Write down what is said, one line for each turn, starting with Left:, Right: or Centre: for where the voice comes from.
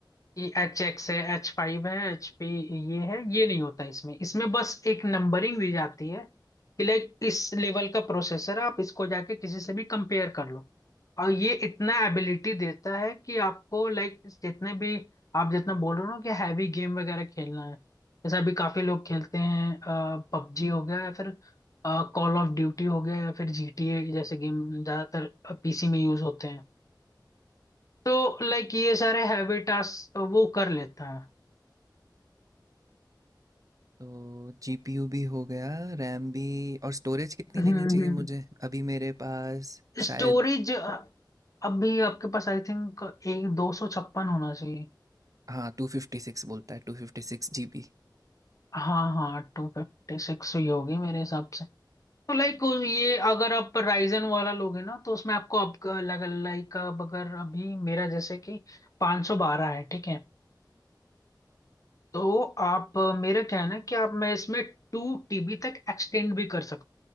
Left: एच एक्स है एच फाइव है एच पी ये है ये नहीं होता इसमें इसमें बस एक नंबरिंग दी जाती है कि लाइक इस लेवल का प्रोसेसर है, आप इसको जाके किसी से भी कंपेयर कर लो और ये इतना एबिलिटी देता है कि आपको लाइक जितने भी आप जितना बोल रहे हो ना कि हैवी गेम वगैरह खेलना है जैसे अभी काफी लोग खेलते हैं पबजी हो गया या फिर कॉल ऑफ ड्यूटी हो गया या फिर जीटीए जैसे गेम ज्यादातर पीसी में यूज होते हैं तो लाइक ये सारे हैवी टास्क वो कर लेता है
Right: तो जीपीयू भी हो गया रैम भी और स्टोरेज कितनी
Left: हम्म
Right: लेनी चाहिए मुझे अभी मेरे पास
Left: स्टोरेज
Right: शायद
Left: अभी आपके पास आई थिंक एक दो सौ छप्पन होना चाहिए
Right: हाँ टू फिफ्टी सिक्स बोलता है टू फिफ्टी सिक्स जीबी
Left: हाँ हाँ टू फिफ्टी सिक्स ही होगी मेरे हिसाब से तो लाइक ये अगर आप राइजन वाला लोगे ना तो उसमें आपको अब लाइक अब अगर अभी मेरा जैसे कि 512 है ठीक है तो आप मेरा क्या है ना कि आप मैं इसमें टू टीबी तक एक्सटेंड भी कर सकता